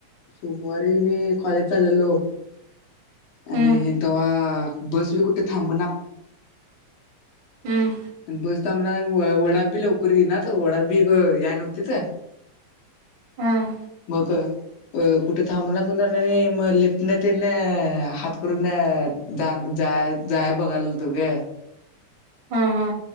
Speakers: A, on the left (about 65°); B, on the right (about 65°).
A: सोमवारी मी कॉलेज चाललेलो
B: हं
A: आणि तेव्हा बस तुम्ही कुठे थांब ना
B: हम्
A: आणि बसतामला वडा बी लवकर येई ना तर वडा बी या नव्हती तर
B: हं
A: मग अ कुठे थांबला म लिप्टन तेना हात करून जा जा जाय बघाय तु ग
B: हा हा